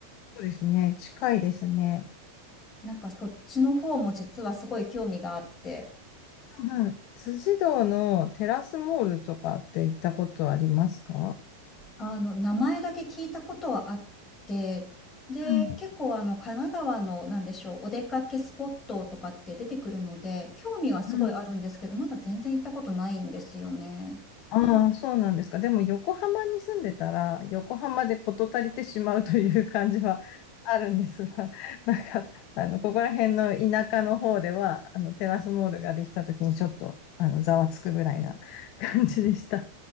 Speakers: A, on the left (about 40°); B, on the left (about 25°).
A: そうですね。近いですね。
B: なんかそっちの方も実はすごい興味があって、
A: うんうん。辻堂のテラスモールとかって行ったことありますか
B: あの、名前だけ聞いたことはあって、で、
A: うん。
B: 結構あの、神奈川の、なんでしょう、お出かけスポットとかって出てくるので、興味はすごいあるんですけど、
A: うん
B: まだ全然行ったことないんですよね。
A: ああ、そうなんですか。でも横浜に住んでたら、横浜で事足りてしまうという感じはあるんですが、<laughs> なんか、あの、ここら辺の田舎の方では、あの、テラスモールができた時にちょっと、あの、ざわつくぐらいな <laughs> 感じでした。